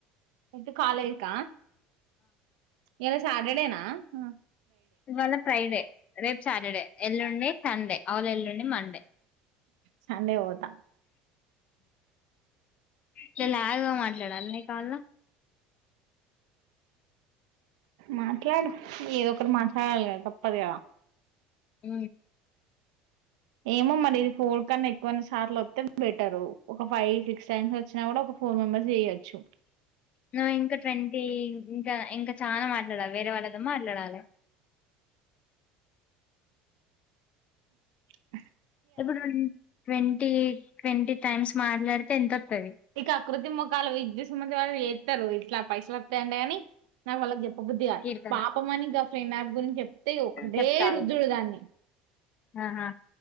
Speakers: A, on the right (about 85°); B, on the left (about 35°).
A: ఏంటి కాలేక ఇలా సాటర్డే నా ఆ
B: ఇవాళ ఫ్రైడే రేపు సాటర్డే ఎల్లుండి సండే ఆవుల్ ఎల్లుండి మండే
A: సండే ఓతా
B: ఇట్లా లాగ్గా మాట్లాడాల నీ కాల్ లు
A: మాట్లాడు ఏదో ఒకటి మాట్లాడాలి కదా తప్ప తప్పది కదా
B: ఉ
A: ఏమో మరి ఇది ఫోడ్ కన్నా ఎక్కువ అన్ని సార్లు వత్తే వెట్ టారు ఒక ఫైవ్ సిక్స్ టైమ్స్ వచ్చినా కూడా ఒక ఫోర్ మెంబర్స్ ఏయేచ్చు
B: నువ్వు ఇంకా ట్వంటీ ఇంకా ఇంకా చనా మాట్లాడాలి వేరే వాళ్ళతో మాట్లాడాలి
A: అ
B: ఇప్పుడు ట్వంటి ట్వంటీ టైమ్స్ మాట్లాడితే ఎంత వత్తది
A: ఇక అకృతి ముఖాలు విద్యుత్ సంబందిి వాళ్ళు వస్తారు ఇట్లా పైసలు అంతే అని నాకు వాళ్ళకి చెప్పబుద్ధిగా
B: కీర్తన
A: పాపమని ఇంకా ఫ్రెండ్ నా గురించి చెప్తే ఒకటే
B: చెప్తా ఆగు
A: రుదుడు దాన్ని
B: ఆహా